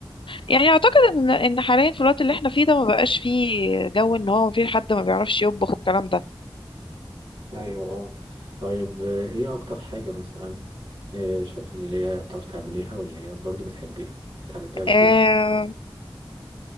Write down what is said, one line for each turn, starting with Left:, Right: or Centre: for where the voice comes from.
Left: يعني اعتقد ان ان حاليا في الوقت اللي احنا فيه ده ما بقاش فيه جو ان هو في حد ما بيعرفش يطبخ والكلام ده
Right: ايوه اه طيب آه، ايه اكتر حاجة مثلا آه، شايف اللي هي بتعرف تعمليها واللي هي برضو بتحبيها اتعلمتيها بسهولة
Left: آه